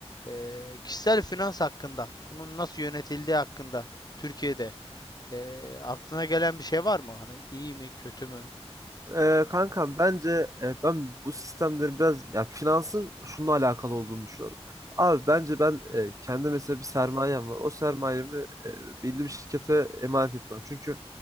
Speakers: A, on the left; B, on the right.
A: e, kişisel finans hakkında, bunun nasıl yönetildiği hakkında Türkiye'de e, aklına gelen bir şey var mı? Hani iyi mi, kötü mü?
B: Ee, kankam bence e, ben bu sistemleri biraz ya finansın şununla alakalı olduğunu düşünüyorum. Abi bence ben e, kendi mesela bir sermayem var. O sermayemi e, belli bir şirkete emanet etmem. Çünkü